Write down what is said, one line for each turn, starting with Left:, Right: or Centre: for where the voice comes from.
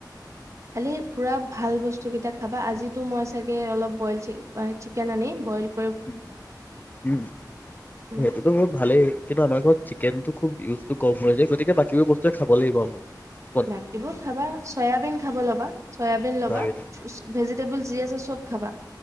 Right: খালি পুৰা ভাল বস্তুকেইটা খাবা আজি মই চাগে অলপ বইল চিকেন আনি ব
Left: উ
Right: উম
Left: সেইটোতো মোৰ ভালেই কিন্তু আমাৰ ঘৰত চিকেনতটো খুব ইউজ টো কম হৈ যে গতিকে বাকীবোৰ বস্তুৱে ব <unintelligible>
Right: বাকীবোৰ খাবা চয়াবিন খাব ল'বা চয়াবিন ল'বা
Left: তাৰপিছত।
Right: ভেজিটেবল যি আছে চব খাবা